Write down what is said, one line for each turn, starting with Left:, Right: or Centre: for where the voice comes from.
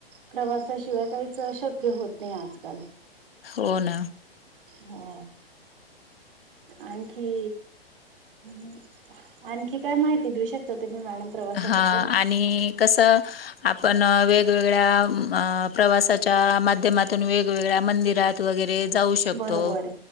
Right: प्रवासाशिवाय काहीच शक्य होत नाही आजकाल
Left: हो ना.
Right: हो आणखी.. ह आणखी काय माहिती देऊ शकता तुम्ही मॅडम? प्रवासाबद्दल
Left: हा आणि कस.. आपण वेगवेगळ्या अं प्रवासाच्या माध्यमातून वेगवेगळ्या मंदिरात वगैरे.. जाऊ शकतो.
Right: बरोबर